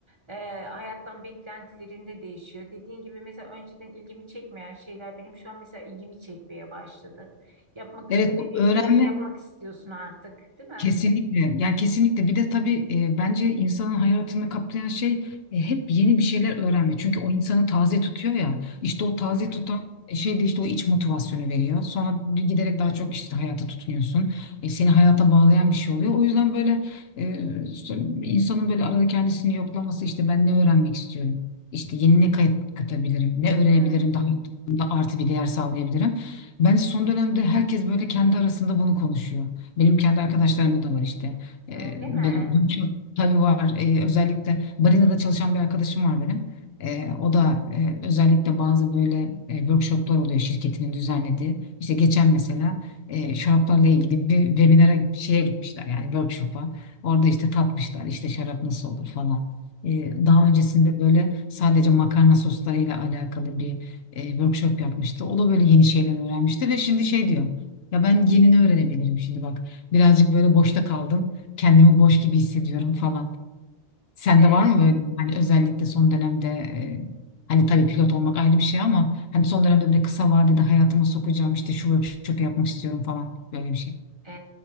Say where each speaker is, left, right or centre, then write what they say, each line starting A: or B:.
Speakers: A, on the right; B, on the left.
A: Ee, hayattan beklentilerinde değişiyor. Dediğin gibi mesela önceden ilgimi çekmeyen şeyler benim şu an mesela ilgimi çekmeye başladı. Yapmak istemediğin
B: evet bu öğrenme
A: şeyleri yapmak istiyorsun artık, değil mi?
B: Kesinlikle yani kesinlikle bir de tabii e, bence insanın hayatını kaplayan şey e, hep yeni bir şeyler öğrenme. Çünkü o insanı taze tutuyor ya işte o taze
A: Hı hı.
B: tutan şey de işte o iç motivasyonu veriyor. Sonra giderek daha çok işte hayata tutunuyorsun. E, seni hayata bağlayan bir şey oluyor. O yüzden böyle e, so- insanın böyle arada kendisini yoklaması işte ben ne öğrenmek istiyorum? İşte yeni ne kay- katabilirim? Ne öğrenebilirim?
A: Evet.
B: Daha hayatımda artı bir değer sağlayabilirim. Bence son dönemde herkes böyle kendi arasında bunu konuşuyor. Benim kendi arkadaşlarımda da var işte. Ee,
A: Öyle
B: böyle
A: mi?
B: çok tabii var. Ee, özellikle Barina'da çalışan bir arkadaşım var benim. Ee, o da e, özellikle bazı böyle e, workshoplar oluyor şirketinin düzenlediği. İşte geçen mesela e, şaraplarla ilgili bir webinara şeye gitmişler yani workshop'a. Orada işte tatmışlar işte şarap nasıl olur falan. Ee, daha
A: Hı
B: öncesinde böyle sadece makarna soslarıyla alakalı bir e, workshop yapmıştı. O da böyle yeni şeyler öğrenmişti ve şimdi şey diyor. Ya ben yenini öğrenebilirim şimdi bak. Birazcık böyle boşta kaldım. Kendimi boş gibi hissediyorum
A: hı.
B: falan. Sende
A: E,
B: var mı böyle hani özellikle son dönemde e, hani tabii pilot olmak ayrı bir şey ama hani son dönemde böyle kısa vadede hayatıma sokacağım işte şu workshop'u yapmak istiyorum falan böyle bir şey.
A: e,